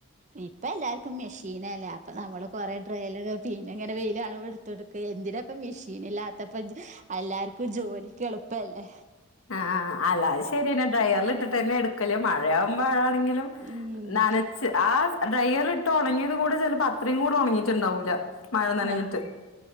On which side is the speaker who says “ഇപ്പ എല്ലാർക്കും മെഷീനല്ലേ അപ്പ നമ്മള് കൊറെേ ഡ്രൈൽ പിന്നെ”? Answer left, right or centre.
Right